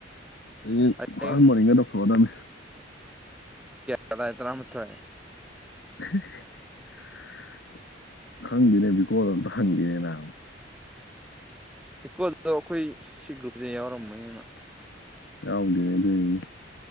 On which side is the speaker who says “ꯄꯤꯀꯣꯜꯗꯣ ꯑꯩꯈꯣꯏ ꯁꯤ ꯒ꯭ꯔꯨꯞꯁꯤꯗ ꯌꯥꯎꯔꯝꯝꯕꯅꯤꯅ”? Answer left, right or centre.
Centre